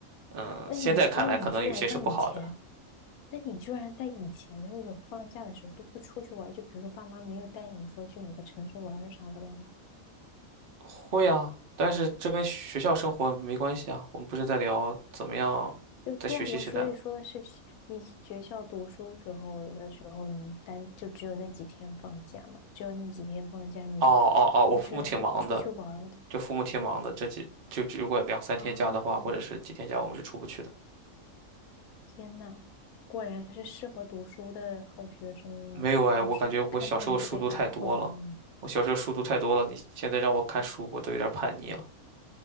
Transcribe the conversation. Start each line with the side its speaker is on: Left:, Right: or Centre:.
Right: 嗯，
Left: 那你那你居然在以前。
Right: 现在看来可能有些是不好的。
Left: 那你居然在以前的那种放假的时候都不出去玩就比如说爸妈没有带你说去哪个城市玩儿啥的吗？
Right: 会啊，但是这跟学校生活没关系啊，我们不是在聊怎么样在学习时代。
Left: 对对啊，我所以说的是学你学校读书时候的时候，你单就只有那几天放假嘛，只有那几天放假你，
Right: 哦哦哦，我父母挺忙的，
Left: 你居然是不出去玩儿的
Right: 就父母挺忙的，这几就如果两三天假的话，
Left: 啊！
Right: 或者是几天假，我们是出不去的。
Left: 天呐，果然是适合读书的好学生啊！
Right: 没有哎，
Left: 老师看到你不得爱疯了呀
Right: 我感觉我小时候书读太多了，我小时候书读太多了，你现在让我看书，我都有点叛逆了。